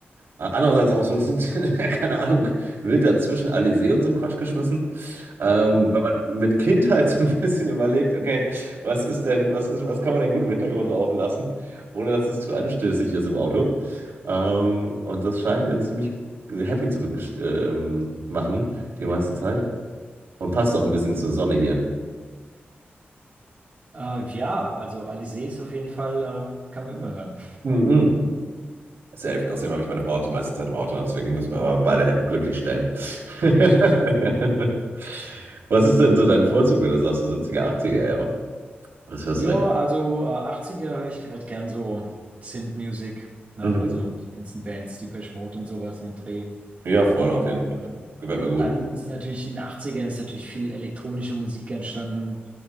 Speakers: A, on the right (about 80°); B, on the right (about 40°).
A: Äh, Andererseits auch so, ein- <laughs> keine Ahnung, wild dazwischen Alizé und so einen Quatsch geschmissen. Ähm,
B: Oh.
A: wenn man mit Kindheit <laughs> so ein bisschen überlegt, okay, was ist denn, was ist, was kann man denn gut im Hintergrund laufen lassen, ohne dass es zu anstößig ist im Auto. Ähm, und das scheint ihn ziemlich happy zu begesch- ähm, machen, die meiste Zeit. Und passt auch ein bisschen zur Sonne hier.
B: Äh, ja, also Alizés auf jeden Fall äh, kann man immer hören.
A: Mhm. Safe. Außerdem habe ich meine Frau auch die meiste Zeit im Auto, deswegen müssen wir aber beide Hä- glücklich stellen. <laughs>
B: <laughs> Richtig.
A: Was ist denn so dein Vorzug, wenn du sagst, so 70er, 80er Jahre? Was hörst
B: Ja,
A: du denn?
B: also äh, 80er höre ich halt gern so Synth-Music, ne?
A: Mhm.
B: Also die ganzen Bands, Depeche Mode und sowas in dem Dreh.
A: Ja, voll auf
B: Ähm,
A: jeden Fall. Gefällt mir gut.
B: dann ist natürlich in den 80ern ist natürlich viel elektronische Musik entstanden,